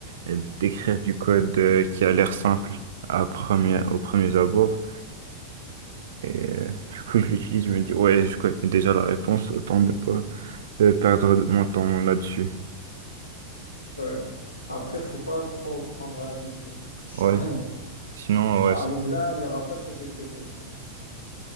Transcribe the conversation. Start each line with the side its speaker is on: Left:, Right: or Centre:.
Right: euh, d'écrire du code euh, qui a l'air simple à première, au premier abord. Et euh, du coup, je l'utilise, je me dis, ouais, je connais déjà la réponse, autant ne pas euh, perdre mon temps là-dessus.
Left: Ouais. Après, faut pas trop prendre à l'habitude. Sinon,
Right: Ouais, sinon, ouais.
Left: à
Right: c'est-
Left: l'examen, il y aura pas de ChatGPT, quoi.